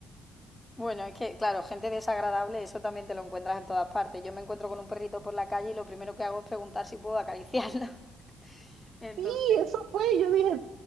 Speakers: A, on the left; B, on the right.
A: Bueno, es que, claro, gente desagradable, eso también te lo encuentras en todas partes. Yo me encuentro con un perrito por la calle y lo primero que hago es preguntar si puedo acariciarlo. <laughs> Entonces,
B: Sí, eso fue, yo dije,